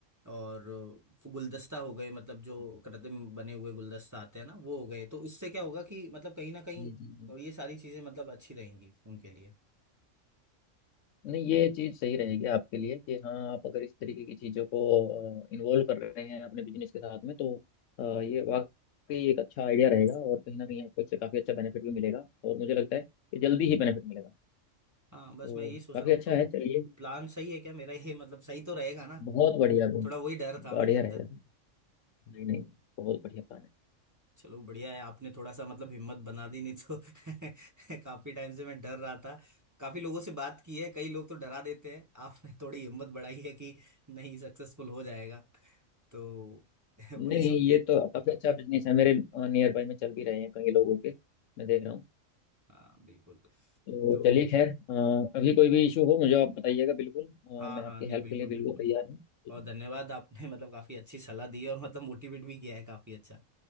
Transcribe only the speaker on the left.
जी जी जी
नहीं ये चीज़ सही रहेगी आपके लिए कि हाँ आप अगर इस तरीके की चीज़ों को इन्वॉल्व कर रहे हैं अपने बिजनेस के साथ में तो अ, ये वाकई एक अच्छा आइडिया रहेगा और कहीं ना कहीं आपको इससे काफ़ी अच्छा बेनिफिट भी मिलेगा और मुझे लगता है कि जल्दी ही बेनिफिट मिलेगा
तो
काफ़ी
अच्छा
है चलिए
बहुत बढ़िया बहुत
बढ़िया
रहेगा नहीं नहीं बहुत बढ़िया प्लान है
नहीं
ये तो काफ़ी अच्छा बिजनेस है मेरे नियर बाय में चल भी रहे हैं कई लोगों के मैं देख रहा हूँ
तो
चलिए खैर अ, अभी कोई भी इशू हो मुझे आप बताइएगा बिल्कुल अ,
मैं
आपकी
हेल्प
के लिए बिल्कुल
तैयार हूँ ठीक
है?